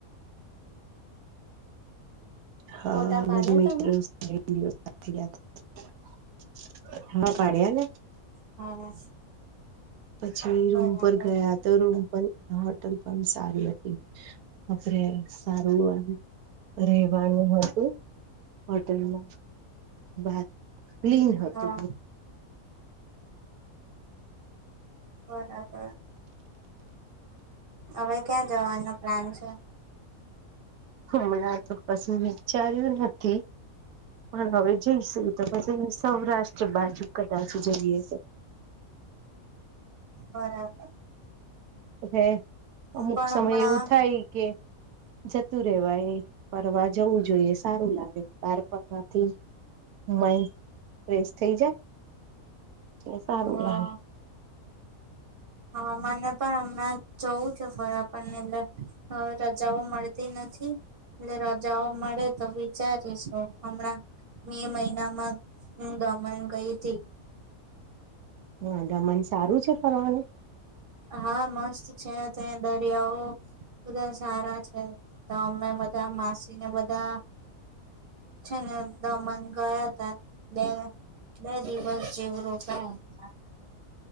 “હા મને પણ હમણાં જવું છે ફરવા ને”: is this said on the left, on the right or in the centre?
Right